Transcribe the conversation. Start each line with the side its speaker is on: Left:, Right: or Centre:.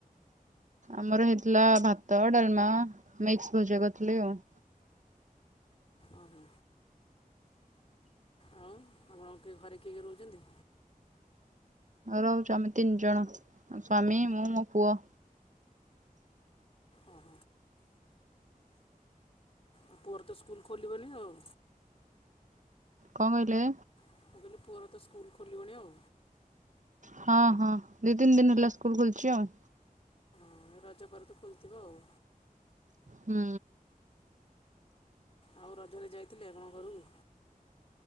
Right: ଆମର ହେଇଥିଲା ଭାତ ଡାଲମା ମିକ୍ସ ଭଜା କରିଥିଲି ଆଉ।
Left: ଓ ହୋ। ଆଉ ଆପଣ କିଏ ଘରେ କିଏ କିଏ ରହୁଛନ୍ତି?
Right: ରହୁଚୁ ଆମେ ତିନି ଜଣ ମୋ ସ୍ଵାମୀ ମୁଁ ମୋ ପୁଅ।
Left: ଅ ହ ଆଉ ପୁଅର ତ ସ୍କୁଲ ଖୋଲିବନି ଆଉ
Right: କଣ କହିଲେ?
Left: ମୁଁ କହିଲି ପୁଅର ତ ସ୍କୁଲ ଖୋଲିବଣି ଆଉ
Right: ହଁ ହଁ ଦି ତିନି ଦିନ ହେଲା ସ୍କୁଲ ଖୋଲିଛି ଆଉ
Left: ଲଲୋଲଜହଁ ରଜପରେ ତ ଖୋୋଲିଥିବ ଆଉ
Right: ହୁଁ।
Left: ଆଉ ରଜରେ ଯାଇଥିଲେ ଆପଣଙ୍କ ଘରକୁ?